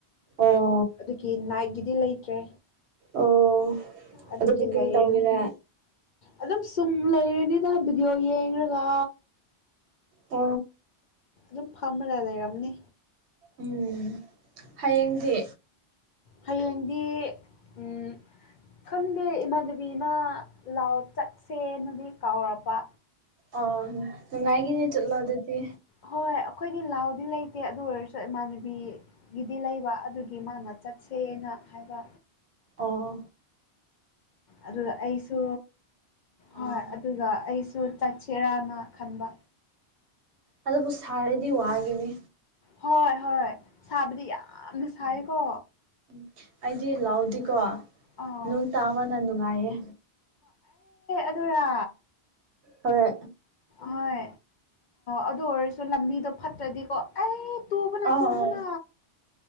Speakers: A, on the right; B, on the left.
A: ꯑꯣ
B: ꯑꯗꯨꯒꯤ ꯅꯥꯏꯠꯒꯤꯗꯤ ꯂꯩꯇ꯭ꯔꯦ
A: ꯑꯣ
B: ꯑꯗꯨꯒꯤ
A: ꯑꯗꯨꯗꯤ ꯀꯔꯤ
B: ꯂꯩꯔꯅꯤ
A: ꯇꯧꯒꯦꯔꯥ
B: ꯑꯗꯨꯝ ꯁꯨꯝ ꯂꯩꯔꯤꯅꯤꯗꯕꯤꯗꯤꯑꯣ ꯌꯦꯡ꯭ꯔꯒ
A: ꯑ
B: ꯑꯗꯨꯝ ꯐꯝꯃꯒ ꯂꯩꯔꯝꯅꯤ
A: ꯎꯝ ꯍꯌꯦꯡꯗꯤ
B: ꯍꯌꯦꯡꯗꯤ ꯎꯝ ꯈꯪꯗꯦ ꯏꯃꯥꯟꯗꯕꯤꯅ ꯂꯥꯎ ꯆꯠꯁꯦꯅꯗꯤ ꯀꯥꯎꯔꯕ
A: ꯑ ꯅꯨꯡꯉꯥꯏꯒꯤꯅꯦ ꯆꯠꯂꯣ ꯑꯗꯨꯗꯤ
B: ꯍꯣꯏ ꯑꯩꯈꯣꯏꯗꯤ ꯂꯥꯎꯗꯤ ꯂꯩꯇꯦ ꯑꯗꯨ ꯑꯣꯏꯔꯁꯨ ꯏꯃꯥꯟꯅꯕꯤꯒꯤꯗꯤ ꯂꯩꯕ ꯑꯗꯨ ꯒꯤ ꯃꯥꯅ ꯆꯠꯁꯦꯅ ꯍꯥꯏꯕ
A: ꯑꯥ
B: ꯑꯗꯨ ꯑꯩꯁꯨ
A: ꯑꯥ
B: ꯍꯣꯏ ꯑꯗꯨꯒ ꯑꯩꯁꯨ ꯆꯠꯁꯦꯔꯥꯅ ꯈꯟꯕ
A: ꯑꯗꯨꯗꯕꯨ ꯁꯥꯔꯗꯤ ꯋꯥꯒꯤꯦꯅꯤ
B: ꯍꯣꯏ ꯍꯣꯏ ꯁꯥꯕꯗꯤ ꯌꯥꯝꯅ ꯁꯥꯏꯀꯣ
A: ꯎꯝ ꯑꯩꯗꯤ ꯂꯥꯛꯑꯣꯗꯦꯀꯣ
B: ꯑꯥꯎ
A: ꯅꯨꯡ ꯇꯥꯕꯅ ꯅꯨꯡꯉꯥꯏꯌꯦ
B: ꯑꯗꯨꯔ
A: ꯍꯣꯏ
B: ꯍꯣꯏ ꯑꯗꯨ ꯑꯣꯏꯔ ꯂꯝꯕꯤꯗꯣ ꯐꯠꯇ꯭ꯔꯗꯤꯀꯣ ꯑꯦ ꯇꯨꯕꯅ
A: ꯑꯥꯎ
B: ꯇꯨꯕꯅ